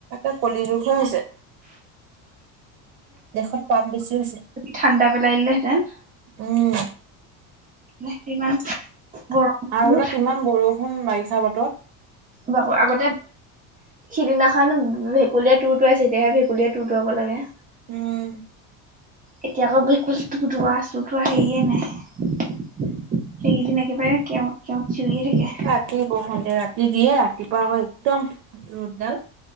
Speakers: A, on the right; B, on the right.
A: এ কলি জোখে হৈছে দেশত পাপ বেছি হৈছে
B: ঠাণ্া পেলাইিলেহেতেন
A: উম,
B: সেইমান গৰমবোৰ
A: আগতে কিমান বৰষুণ বাগিচা বাতত
B: বাবু আগতে সিদিনাখন ভেকুলীয়া তুৰ তটৰাাইছে তেতিাহে ভেকুলীয়া তৰ তৰাাব লাগে
A: উম
B: এতিয়া আকৌ বক বজোৱা আছো তোৱা হেয়ে নাই সেইকেইদিন একেবাৰে কেৱত কেওত চুৰিয়ে থাকে
A: ৰাতি গ খে ৰাতি দিয়ে ৰাতিপুৱা একদম ৰ'দডাল